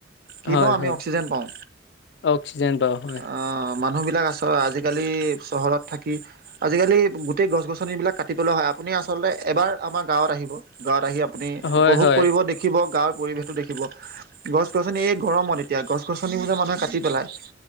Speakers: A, on the right; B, on the left.
A: কি
B: হয়
A: পাওঁ? আমি
B: হয়
A: অক্সিজেন পাওঁ।
B: অক্সিজেন পাওঁ হয়।
A: আ মানুহ বিলাক আছ আজিকালি চহৰত থাকি, আজিকালি গোটেই গছ-গছনিবিলাক কাট টিবলে হয়। আপুনি আচলতে এবাৰ আমাৰ গাঁৱত আহিব, গাঁৱত আহি আপুনি
B: হয়
A: উপভোগ
B: হয়
A: কৰিব দে খিব, গাঁৱৰ পৰিৱেশটো দেখিব। গছ-গছনি এই গৰমত এতিয়া, গছ-গছনিবোৰ যে মানুহে কাটি পেলাই।